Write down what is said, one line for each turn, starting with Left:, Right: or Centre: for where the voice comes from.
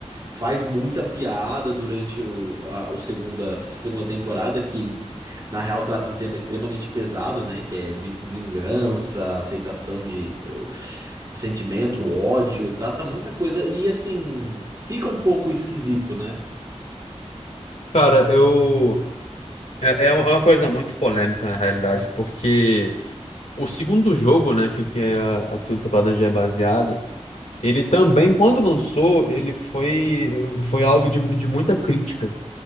Right: faz muita piada durante o, a, o segunda, segunda temporada, que na real trata um tema extremamente pesado, né? Que é vi- vingança, aceitação de, eh, de sentimento, ódio, trata muita coisa e assim, fica um pouco esquisito, né?
Left: Cara, eu. É, é é uma coisa muito polêmica, na realidade, porque o segundo jogo, né, que, que é a, a segunda temporada já é baseada, ele também, quando lançou, ele foi, foi alvo de, de muita crítica.